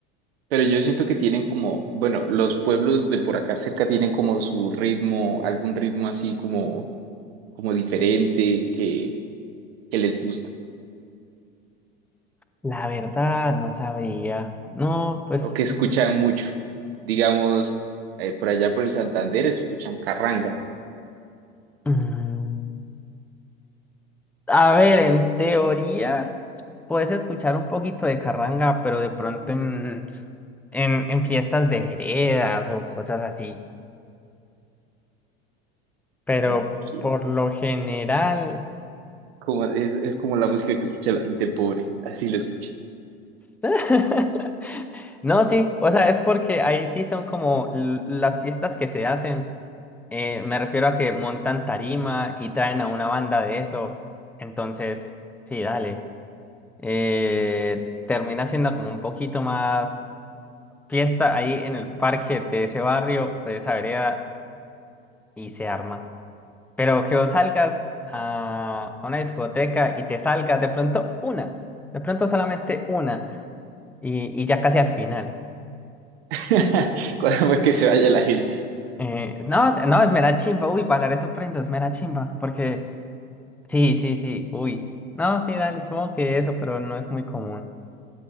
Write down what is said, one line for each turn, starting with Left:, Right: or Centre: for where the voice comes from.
Right: Pero yo siento que tienen como, bueno, los pueblos de por acá cerca tienen como su ritmo, algún ritmo así como, como diferente que, que les gusta.
Centre: La verdad, no sabría. No, pues,
Right: o que escuchan
Centre: Ujú.
Right: mucho. Digamos, eh, por allá por el Santander escuchan carranga.
Centre: mm, a ver, en teoría puedes escuchar un poquito de carranga, pero de pronto en, en, en fiestas de veredas o cosas así. Pero
Right: Mm, aquí,
Centre: por lo general...
Right: Como, es, es como la música que escucha la gente pobre, así lo escuché.
Centre: <laughs> No, sí, o sea, es porque ahí sí son como l- las fiestas que se hacen. eh, me refiero a que montan tarima y traen a una banda de eso. Entonces, sí, dale. Eh, termina siendo como un poquito más fiesta ahí en el parque de ese barrio, de esa vereda, y se arma. Pero que vos salgas a a una discoteca y te salgas de pronto una, de pronto solamente una, y, y ya casi al final.
Right: <laughs> Cuando que se vaya la gente.
Centre: Eh, no, es- no, es mera chimba, uy, bailar eso prendo, es mera chimba, porque sí, sí, sí, uy, no, sí, dale, supongo que eso, pero no es muy común.